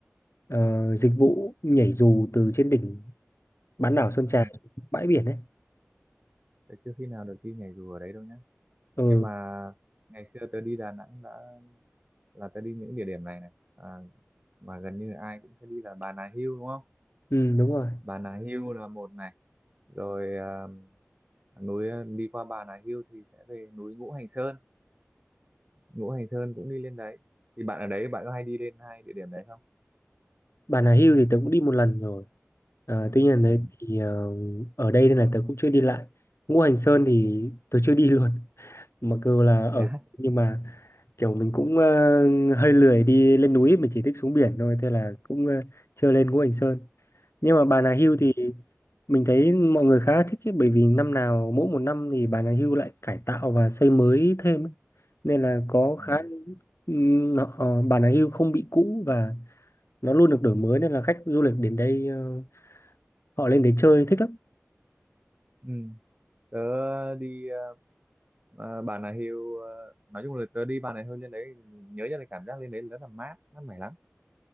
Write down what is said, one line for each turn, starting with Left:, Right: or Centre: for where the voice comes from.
Left: ờ, dịch vụ nhảy dù từ trên đỉnh bán đảo Sơn
Right: À,
Left: Trà xuống bãi biển ấy.
Right: thế chưa khi nào được đi nhảy dù ở đấy đâu nhé.
Left: Ừ,
Right: nhưng mà ngày xưa tớ đi Đà Nẵng đã là tớ đi những địa điểm này này à, mà gần như ai cũng phải đi là Bà Nà Hills đúng không
Left: ừ đúng rồi.
Right: Bà Nà Hills là một này rồi à, núi à, đi qua Bà Nà Hills thì sẽ về núi Ngũ Hành Sơn Ngũ Hành Sơn cũng đi lên đấy thì bạn ở đấy bạn có hay đi lên hai địa điểm đấy không
Left: Bà Nà Hills thì tớ cũng đi một lần rồi. Ờ, tuy nhiên là đấy
Right: ừ.
Left: thì ờ, ở đây nên là tớ cũng chưa đi lại. Ngũ Hành Sơn thì tớ chưa đi <laughs> luôn. Mặc dù là ở
Right: thế á
Left: nhưng mà kiểu mình cũng ờ, hơi lười đi lên núi mình chỉ thích xuống biển thôi thế là cũng ờ, chưa lên Ngũ Hành Sơn nhưng mà bà nào hưu
Right: ừ.
Left: thì mình thấy mọi người khá là thích ấy, bởi vì năm nào mỗi một năm thì bà nào hưu lại cải tạo và xây mới thêm ấy. Nên là có
Right: À,
Left: khá ừm, họ, ờ, bà nào hưu không bị cũ và nó luôn được đổi mới nên là khách du lịch đến đây ờ, họ lên đấy chơi thích lắm
Right: ừ. tớ đi à, Bà Nà Hills à, nói chung là tớ đi Bà Nà Hills lên đấy nhớ ra là cảm giác lên đấy rất là mát mát mẻ lắm